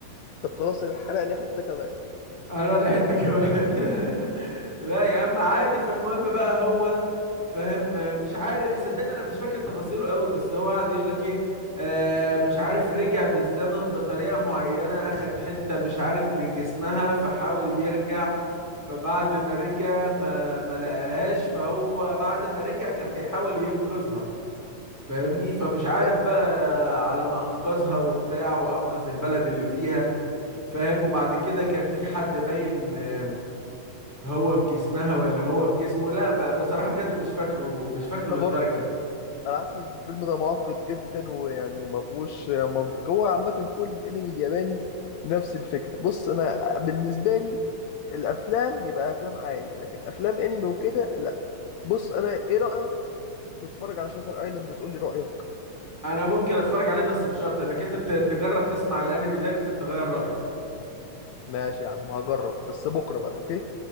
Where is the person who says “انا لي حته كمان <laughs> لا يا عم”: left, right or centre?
Centre